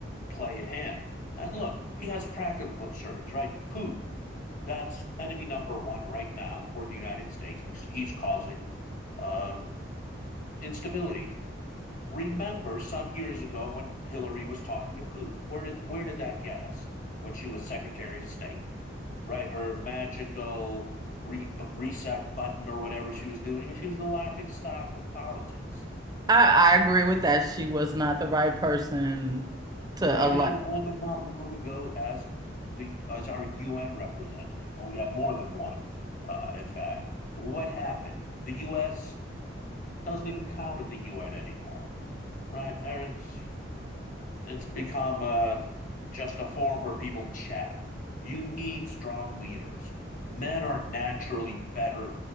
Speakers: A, on the left (about 40°); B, on the right (about 20°).
A: play at hand. And look, he has practical concerns, right? Putin, that's enemy number one right now for the United States because he's causing um, instability. Remember some years ago when Hillary was talking to Putin. Where did where did that get us when she was Secretary of State? Right, her magical re- reset button or whatever she was doing. I mean, she was the laughing stock of politics.
B: I, I agree with that. She was not the right person to
A: We
B: elect.
A: had a woman not long ago as the as our UN representative. Well, we had more than one, uh, in fact. What happened? The U.S. doesn't even count at the UN anymore, right? It's It's become uh, just a forum where people chat. You need strong leaders. Men are naturally better